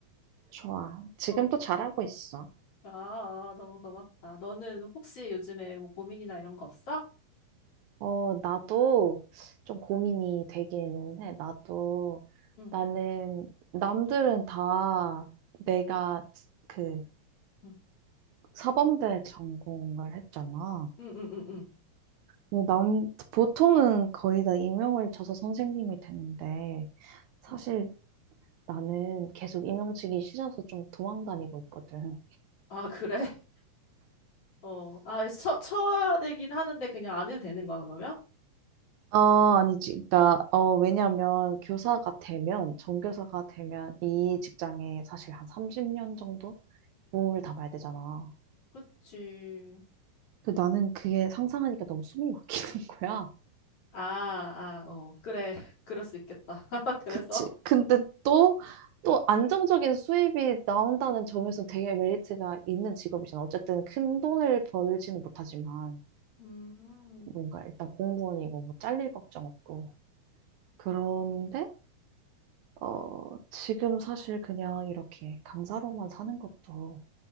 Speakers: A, on the right (about 75°); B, on the left (about 50°).
A: 좋아. 지금
B: 어.
A: 또 잘하고 있어.
B: 아, 아, 너무 고맙다. 너는 혹시 요즘에 뭐 고민이나 이런 거 없어?
A: 어, 나도 좀 고민이 되기는 해. 나도,
B: 응,
A: 나는, 남들은 다 내가 그
B: 응,
A: 사범대 전공을 했잖아.
B: 응, 응, 응. 응.
A: 근데 남, 보통은 거의 다 임용을 쳐서 선생님이 되는데, 사실
B: 응.
A: 나는 계속 임용직이 싫어서 좀 도망 다니고 있거든.
B: 아, 그래? <laughs> 어. 아, 쳐, 쳐야 되긴 하는데 그냥 안 해도 되는 거야, 그러면?
A: 어, 아니지. 그러니까, 어, 왜냐면 교사가 되면, 전교사가 되면 이 직장에 사실 한 30년 정도 몸을 담아야 되잖아.
B: 그치.
A: 그 나는 그게 상상하니까 너무 숨이 막히는 <laughs> 거야.
B: 아, 아, 어, 그래, <laughs> 그럴 수 있겠다. <laughs> 그래서,
A: 그치. 근데 또, 또 안정적인 수입이 나온다는 점에서 되게 메리트가 있는 직업이잖아. 어쨌든 큰 돈을 벌지는 못하지만,
B: 음,
A: 뭔가 일단 공무원이고 뭐 잘릴 걱정 없고. 그런데 어, 지금 사실 그냥 이렇게 강사로만 사는 것도